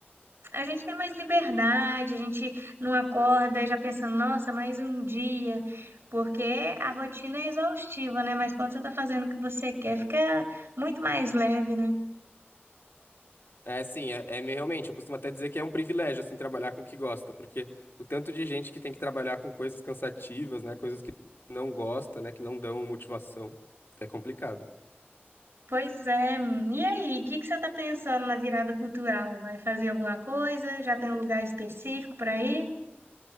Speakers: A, on the right; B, on the left.
A: A gente tem mais liberdade, a gente não acorda já pensando, nossa, mais um dia, porque a rotina é exaustiva, né? Mas quando você tá fazendo o que você quer, fica muito mais leve, né?
B: É, sim, é, é me- realmente, eu costumo até dizer que é um privilégio, assim, trabalhar com o que gosta, porque o tanto de gente que tem que trabalhar com coisas cansativas, né, coisas que não gosta, né, que não dão motivação, é complicado.
A: Pois é. E aí, o que que você tá pensando na virada cultural? Vai fazer alguma coisa? Já tem um lugar específico para ir?